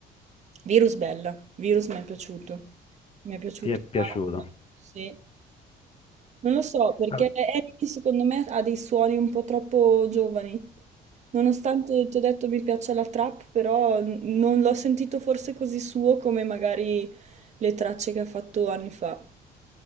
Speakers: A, on the right; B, on the left.
A: Virus bella, Virus mi è piaciuto, mi è piaciuto
B: Ti è piaciuto?
A: tanto, sì. Non lo so, perché
B: Ah,
A: Enemy secondo me ha dei suoni un po' troppo giovani. Nonostante ti ho detto mi piaccia la trap, però n- non l'ho sentito forse così suo come magari le tracce che ha fatto anni fa.